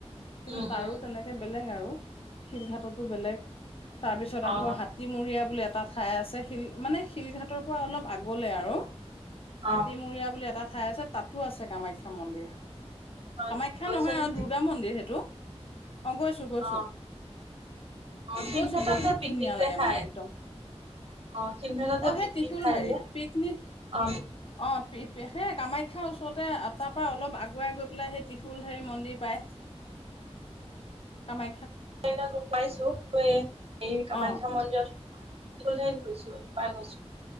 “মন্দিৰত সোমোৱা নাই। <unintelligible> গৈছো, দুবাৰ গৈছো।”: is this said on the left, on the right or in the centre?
Right